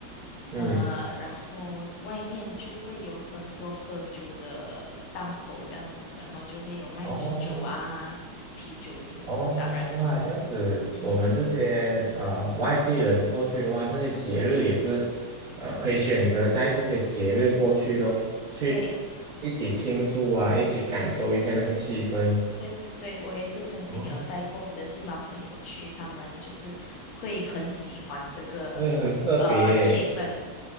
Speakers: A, on the right (about 60°); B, on the left (about 80°).
A: 嗯，
B: 呃，然后外面就会有很多喝酒的档口这样子，然后就会有卖米酒啊，
A: 哦
B: 啤酒也有啊，
A: 哦，
B: 当然，
A: 哇，这样子，
B: 嗯，
A: 我们这些呃外地人过去的话，这些节日也是呃可以选择在这些节日过去咯，去
B: 对，
A: 一起庆祝啊，一起感受一下那个气氛。
B: 对对对，我也是曾经有带过我的西马朋友去，
A: 哦，
B: 他们就是会很喜欢这个呃气氛，
A: 会很特别。